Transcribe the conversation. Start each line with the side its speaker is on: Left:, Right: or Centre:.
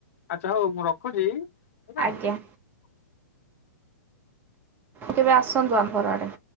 Left: ଆଚ୍ଛା ହଉ ମୁଁ ରଖୁଛି। ହେଲା
Right: ଆଜ୍ଞା। କେବେ ଆସନ୍ତୁ ଆମ ଘର ଆଡେ।